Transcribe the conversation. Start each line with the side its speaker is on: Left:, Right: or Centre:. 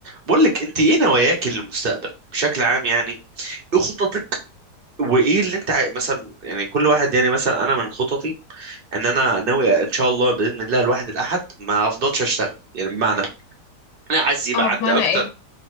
Right: بقول لك انت ايه نواياك للمستقبل بشكل عام يعني ايه خططك وايه اللي انت عاي... مثلا يعني كل واحد يعني مثلا انا من خططي ان انا ناوي ان شاء الله باذن الله الواحد الاحد ما افضلش اشتغل يعني بمعنى انا عايز يبقى
Left: اه
Right: عندي
Left: بمعنى
Right: اكتر
Left: ايه